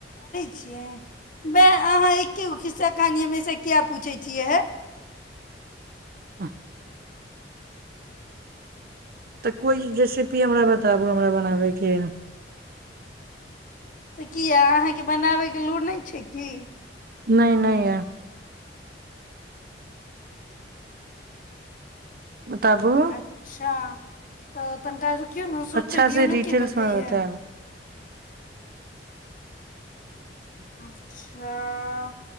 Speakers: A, on the left; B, on the right.
A: छिय अहाँ एक खिस्सा कहानी हमेशा किया पूछै छियै हे
B: ह तऽ कोइ रेसिपी हमरा बताबू हमरा बनाबयके
A: तऽ किया अहाँके बनाबयके लूड़ नहि छै की
B: नहि नहि य बताबू
A: अच्छा तऽ अपनटा क्य नहि सोचे
B: अच्छा
A: दियौ
B: से
A: ने
B: डिटेल्स
A: की बतायै
B: मे बतायब
A: अच्छा